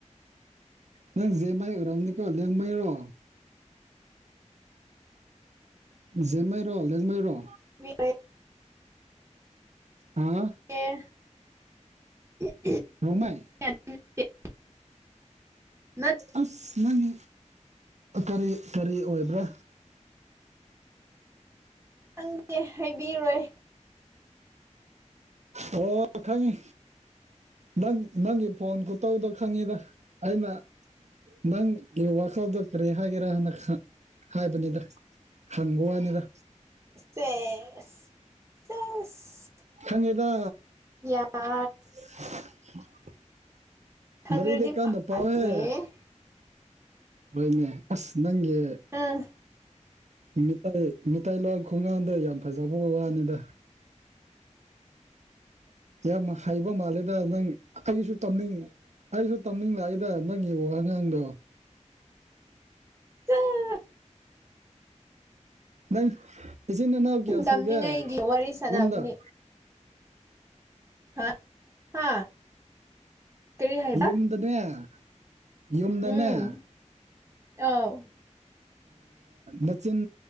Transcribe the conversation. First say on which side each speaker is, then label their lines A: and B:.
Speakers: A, on the right; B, on the right.
A: ꯅꯪ ꯖꯦ ꯃꯥꯏ ꯑꯣꯏꯔꯝꯒꯅꯤꯀꯣ ꯂꯦꯡꯃꯩꯔꯣ ꯖꯦꯝꯃꯩꯔꯣ ꯂꯦꯡꯃꯩꯔꯣ
B: ꯃꯤ
A: ꯍꯥ
B: ꯑꯦ <unintelligible>
A: ꯔꯣꯡꯃꯥꯏ
B: <inaudible>
A: ꯑꯁ ꯅꯪꯒꯤ ꯀꯔꯤ ꯀꯔꯤ ꯑꯣꯏꯕ꯭ꯔꯥ
B: ꯈꯪꯗꯦ ꯍꯥꯏꯕꯤꯔꯣꯏ
A: ꯑꯣ ꯈꯪꯉꯤ ꯅꯪ ꯅꯪꯒꯤ ꯐꯣꯟ ꯈꯨ ꯇꯧꯗꯣ ꯈꯪꯉꯤꯗ ꯑꯩꯅ ꯅꯪꯒꯤ ꯋꯥꯈꯜꯗ ꯀꯔꯤ ꯍꯥꯏꯒꯦꯔꯥ ꯍꯥꯢꯅ ꯍꯥꯏꯕꯅꯤꯗ ꯍꯪꯕ ꯋꯥꯅꯤꯗ
B: ꯁꯦꯁ ꯁꯦꯁ
A: ꯈꯪꯉꯤꯗ
B: ꯌꯥꯔ
A: <inaudible>
B: ꯈꯪꯔꯗꯤ
A: ꯔꯤꯗꯤ ꯀꯥꯟꯅ
B: ꯐꯅꯤ
A: ꯄꯥꯎꯍꯦ ꯍꯣꯏꯅꯦ ꯑꯁ ꯅꯪꯒꯤ
B: ꯑꯥ
A: ꯃꯤꯇꯩꯥꯏ ꯃꯤꯇꯩꯇꯥꯏ ꯂꯋꯥ ꯈꯣꯡꯒꯥꯡꯗ ꯌꯥꯝ ꯐꯖꯕ ꯋꯥꯅꯤꯗ ꯌꯥꯝ ꯍꯥꯏꯕ ꯃꯥꯂ ꯗ ꯅꯪ ꯑꯩꯁꯨ ꯇꯝꯅꯤꯡ ꯑꯩꯁꯨ ꯇꯝꯅꯤꯡꯂꯛꯏꯗ ꯅꯪꯒꯤꯕ ꯋꯉꯥꯡꯗꯣ
B: <unintelligible>
A: ꯅꯪ ꯏꯁꯤꯡꯅꯦ ꯅꯅꯥꯎ ꯀꯌꯥ ꯁꯨꯒꯌꯨꯝꯗꯔ
B: ꯇꯝꯅꯤꯡꯉꯥꯏꯒꯤ ꯋꯥꯔꯤ ꯁꯥꯟꯅꯕꯅꯤ ꯍꯥ ꯍꯥ ꯀꯔꯤ ꯍꯥꯏꯕ
A: ꯌꯨꯝꯗꯅꯦ ꯌꯨꯝꯗꯅꯦ
B: ꯎꯝ ꯑꯥꯎ
A: ꯅꯆꯤꯟ